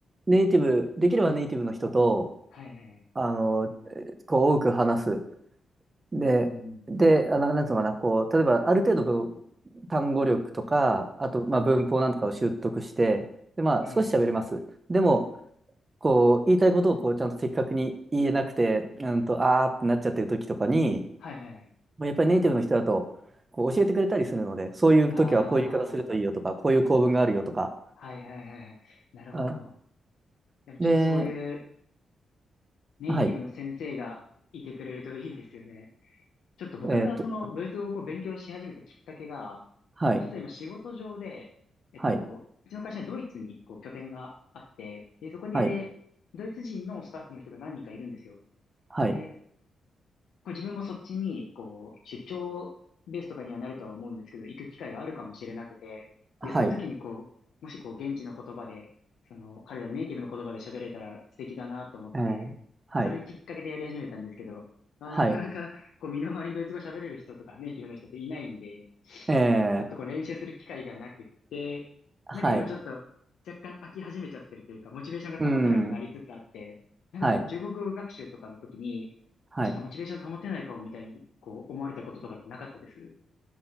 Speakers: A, on the right; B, on the left.
A: ネイティブ、できればネイティブの人と、
B: はいはい。
A: あの、こう多く話す。で、
B: うんうん。
A: で、あの、なんつうのかな、こう、例えばある程度文単語力とか、あと、まあ、文法なんとかを習得して、で、まあ、
B: はいはい。
A: 少し喋れます。でも、こう、言いたいことをこう、ちゃんと的確に言えなくて、うんと、あーってなっちゃってる時とかに、
B: はいはい。
A: もうやっぱりネイティブの人だと、こう、教えてくれたりするので、そういう時はこういう言い方するといいよとか、
B: ああ、
A: こういう構文があるよとか。
B: はいはいはいはい。なるほど。
A: あ、
B: やっぱちょっとそういう
A: で、
B: ネイティブの先生がいてくれるといいですよね。
A: はい。
B: ちょっと僕がそのドイツ語をこう勉強し始めたきっかけが、
A: えーっと、はい、
B: これ実は今仕事上で、えっと、
A: はい、
B: うちの会社はドイツにこう拠点があって、で、そこでドイツ人のスタッフの人が何人かいるんですよ。
A: はい、はい、
B: で、こう自分もそっちに、こう、出張ベースとかにはなるとは思うんですけど、行く機会があるかもしれなくて、で、
A: はい、
B: その時にこう、もしこう、現地の言葉で、その、彼らネイティブの言葉で喋れたら素敵だなと思って、
A: えーはい。
B: それきっかけでやり始めたんですけど、まあ、
A: はい。
B: なかなか、こう、身の回りにドイツ語喋れる人とか、ネイティブの人っていないんで、
A: え
B: ちょっとこう、
A: え、
B: 練習する機会がなくって、
A: はい。
B: なんか今ちょっと、若干飽き始めちゃってるというか、モチベーションが保てなくなりつつあって、
A: うん。
B: なんかその中国語学習とかの時に、
A: はい。はい。
B: あちょっとモチベーション保てないかもみたいに、こう、思われたこととかってなかったです